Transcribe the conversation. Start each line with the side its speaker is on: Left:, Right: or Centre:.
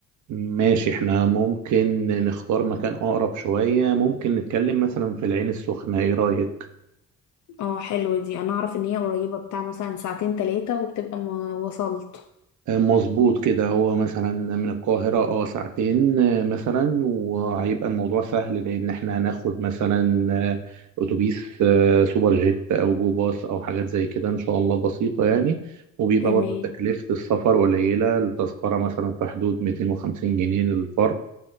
Right: ماشي احنا ممكن نختار مكان أقرب شوية ممكن نتكلم مثلا في العين السخنة ايه رأيك؟
Left: اه حلوة دي انا اعرف ان هي قريبة بتاع مثلا ساعتين تلاتة وبتبقى ما وصلت
Right: مظبوط كده هو مثلا من القاهرة اه ساعتين آه، مثلا وهيبقى الموضوع سهل لأن احنا هناخد مثلا آه، أتوبيس آه، سوبر جيت أو جو باص أو حاجات زي كده إن شاء الله بسيطة يعني وبيبقى
Left: تمام
Right: برضو تكلفة السفر قليلة التذكرة مثلا في حدود 250 جنيه للفرد